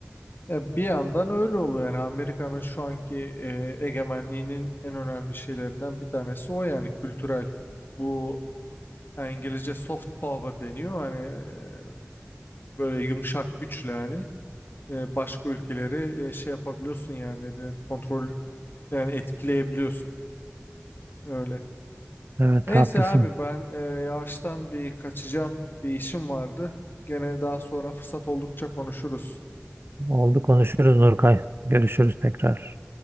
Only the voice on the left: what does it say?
Ya bir yandan öyle oluyor yani Amerika'nın şu anki e, egemenliğinin en önemli şeylerinden bir tanesi o yani kültürel. Bu yani İngilizce soft power deniyor hani e, böyle yumuşak güçle yani. e, başka ülkeleri e, şey yapabiliyorsun yani ne denir, kontrol yani etkileyebiliyorsun öyle.
Neyse
abi ben e, yavaştan bir kaçacağım bir işim vardı. Gene daha sonra fırsat oldukça konuşuruz.